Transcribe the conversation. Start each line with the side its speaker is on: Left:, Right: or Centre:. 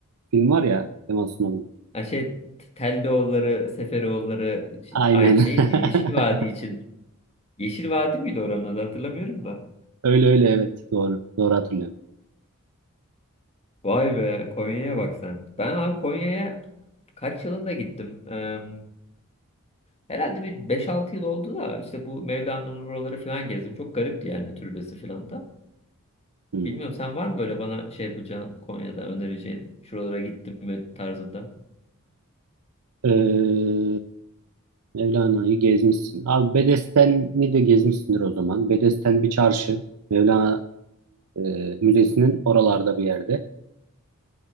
Right: film var ya Kemal Sunal'ın.
Left: Ha şey Teldeoğulları, Seferoğulları
Right: Aynen.
Left: şey, ay, neydi?
Right: <laughs>
Left: Yeşil Vadi için. Yeşil Vadi miydi oranın adı hatırlamıyorum da.
Right: Öyle öyle evet doğru. Doğru hatırlıyorum.
Left: Vay be Konya'ya bak sen. Ben abi Konya'ya kaç yılında gittim? Eee, herhalde bir beş altı yıl oldu da işte bu Mevlana'nın oraları falan gezdim. Çok garipti yani türbesi falan da.
Right: Hmm.
Left: Bilmiyorum sen var mı böyle bana şey yapacağın Konya'da önereceğin şuralara gittim mi tarzında?
Right: Ee, Mevlana'yı gezmişsin. Abi Bedesten'i de gezmişsindir o zaman. Bedesten bir çarşı. Mevlana e, Müzesi'nin oralarda bir yerde.